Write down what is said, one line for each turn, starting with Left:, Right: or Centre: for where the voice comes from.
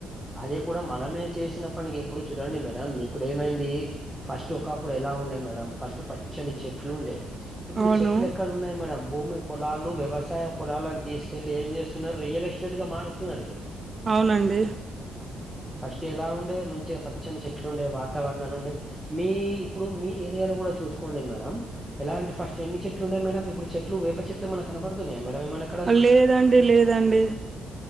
Centre: అది కూడా మనమే చేసిన పనికి ఇప్పుడు చూడండి మేడం ఇప్పుడు ఏమైంది ఫస్ట్ ఒకప్పుడు ఎలా ఉండే మేడం ఫస్ట్ పచ్చని చెట్లు ఉండే ఇప్పుడు
Right: అవును
Centre: చెట్లు ఎక్కడ ఉన్నాయి మేడం భూమి పొలాలు వ్యవసాయ పొలాలను తీసుకెల్లి ఏం చేస్తున్నారు రియలె స్టేట్గా మారుస్తున్నారు ఇప్పుడు
Right: అవునండి
Centre: ఫస్ట్ ఎలా ఉండే మంచిగా పచ్చని చెట్లు ఉండే వాతావరణాలు ఉండే మీ ఇప్పుడు మీ ఏరియాలో కూడా చూసుకోండి మేడం ఎలా అంట ఫస్ట్ ఎన్ని చెట్లు ఉన్నాయి మేడం ఇప్పుడు చెట్లు వేప చెట్లు ఏమన్నా కనపడుతున్నాయా మేడం మనకి
Right: లేదండి లేదండి